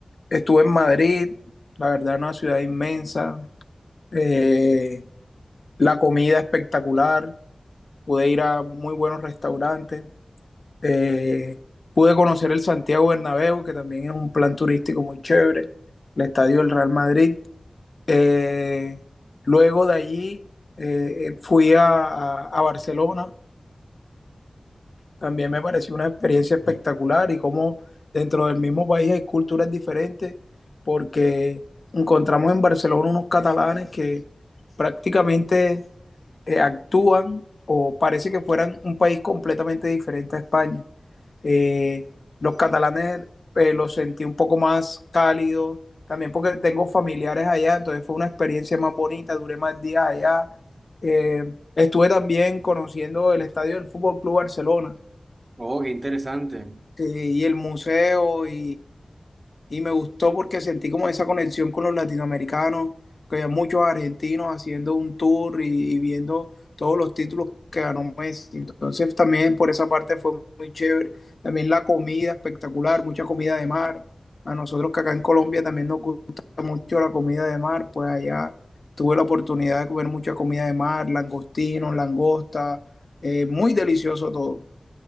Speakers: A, on the left (about 65°); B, on the right (about 40°).
A: estuve en Madrid, la verdad una ciudad inmensa, eh, la comida espectacular, pude ir a muy buenos restaurantes, eh, pude conocer el Santiago Bernabéu, que también es un plan turístico muy chévere, el estadio del Real Madrid. Eh, luego de allí eh, eh, fui a, a- a Barcelona, también me pareció una experiencia espectacular y como dentro del mismo país hay culturas diferentes, porque encontramos en Barcelona unos catalanes que prácticamente eh, actúan o parece que fueran un país completamente diferente a España. Eh, los catalanes eh, los sentí un poco más cálidos, también porque tengo familiares allá, entonces fue una experiencia más bonita, duré más días allá. Eh, estuve también conociendo el estadio del Fútbol Club Barcelona.
B: Oh, qué interesante.
A: Sí, y el museo, y, y- y me gustó porque sentí como esa conexión con los latinoamericanos, que había muchos argentinos haciendo un tour y, y viendo todos los títulos que ganó Messi. Entonces también por esa parte fue muy chévere. También la comida espectacular, mucha comida de mar. A nosotros que acá en Colombia también nos gusta mucho la comida de mar, pues allá tuve la oportunidad de comer mucha comida de mar, langostinos, langosta, eh, muy delicioso todo.